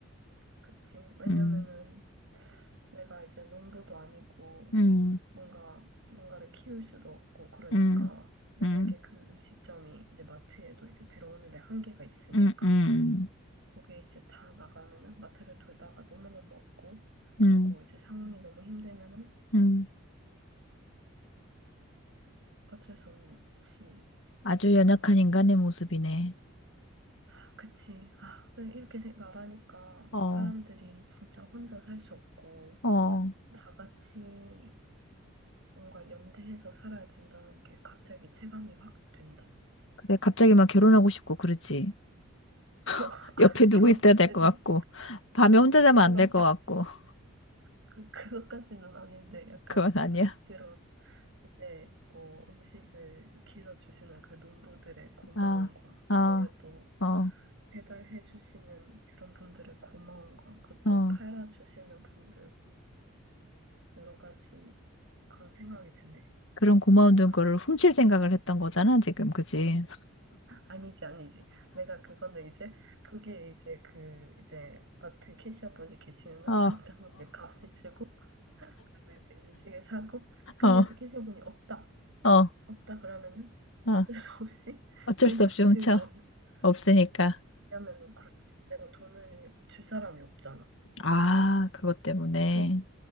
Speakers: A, on the right; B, on the left.
A: 그치. 왜냐면은
B: 음,
A: 내가 이제 농부도 아니고
B: 음,
A: 뭔가 뭔가를 키울 수도 없고 그러니까
B: 음,
A: 만약에
B: 음,
A: 그 음식점이 이제 마트에도 이제 들어오는데 한계가 있으니까
B: 음, 음,
A: 거기에 이제 다 나가면은 마트를 돌다가 너무너무 없고 그리고
B: 음,
A: 이제 상황이 너무 힘들면은
B: 음.
A: 어쩔 수 없지.
B: 아주 연약한
A: 그냥
B: 인간의 모습이네.
A: 아, 그치. 아, 그냥 이렇게 생- 말하니까
B: 어,
A: 사람들이 진짜 혼자 살 수 없고
B: 어.
A: 다 같이 뭔가 연대해서 살아야 된다는 게 갑자기 체감이 확 된다.
B: 그래, 갑자기 막 결혼하고 싶고, 그러지. <laughs>
A: <laughs>
B: 옆에 누구
A: 결혼까지는
B: 있어야 될 것 같고, 밤에 혼자 자면
A: 결혼
B: 안 될 것 같고, <laughs>
A: 그 그것까지는 아닌데 약간
B: 그건 아니야.
A: 그런 이제 뭐 음식을 길러 주시는 그 농부들의 고마움과
B: 아,
A: 그거를
B: 아,
A: 또
B: 어,
A: 배달해 주시는 그런 분들의 고마움과 그것도
B: 어.
A: 팔아 주시는 분들과 여러 가지 그런 생각이 드네.
B: 그런 고마운 돈거를
A: 아,
B: 훔칠 생각을 했던 거잖아, 지금, 그지?
A: 아니지, 아니지. 내가 그거는 이제, 거기에 이제 그, 이제, 마트 캐시어분이 계시면은
B: 어, 어,
A: <laughs> 정당하게 값을 주고, 그리고 이제 음식을 사고,
B: <laughs>
A: 근데
B: 어,
A: 이제 캐시어분이 없다,
B: 어,
A: 없다 그러면은
B: 어.
A: 어쩔 수 없이 <laughs>
B: 어쩔
A: 그냥
B: 수 없이 훔쳐.
A: 들고 오는
B: 없으니까.
A: 거지. 왜냐면은 그렇지. 내가 돈을 줄 사람이 없잖아.
B: 아, 그것 때문에.
A: 그,